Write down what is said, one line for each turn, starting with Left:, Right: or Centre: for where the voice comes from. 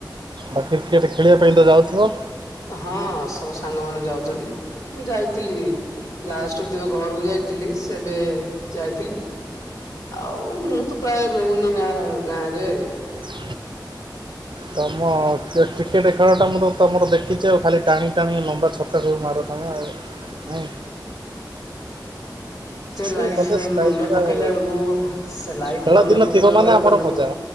Right: ଆ, କ୍ରିକେଟ୍ ଖେଳିବା ପାଇଁ ତ ଯାଉଥୁବ?
Left: ହଁ ସବୁ ସାଙ୍ଗମାନେ ଯାଉଚନ୍ତି। ମୁଁ ଯାଇଥିଲି ଲାଷ୍ଟକୁ ଯେବେ ଘରକୁ ଯାଇ ଥିଲି ସେବେ ଯାଇଥିଲି। ଆଉ ମୁଁ ତ ପ୍ରାୟ ରଉନି ନା ଗାଁରେ।
Right: ହ ତୋମ କେ-କ୍ରିକେଟ୍ ଖେଳଟା ମୁଁ ତ ତୋମର ଦେଖିଚି ଆଉ ଖାଲି ଟାଣି ଟାଣିକି ଲମ୍ବା ଛକା ସବୁ ମାର। ତୋମେ ଆଉ ନାଇଁ। ସେ
Left: ଲାଇଫ୍
Right: କଲେଜ୍
Left: ହେଇ
Right: ଟାଇମ୍
Left: ମନେ
Right: ରେ
Left: ପକେଇଲା
Right: ଆଉ
Left: ବେଳକୁ ସେ ଲାଇଫ୍
Right: ଖେଳ
Left: ମନେ
Right: ଦିନ
Left: ପକେଇଲା
Right: ଥିବ
Left: ବେଳକୁ
Right: ମାନେ
Left: ଆଉ
Right: ଆମର
Left: ମନେ
Right: ମଜା।
Left: ପଡୁନି।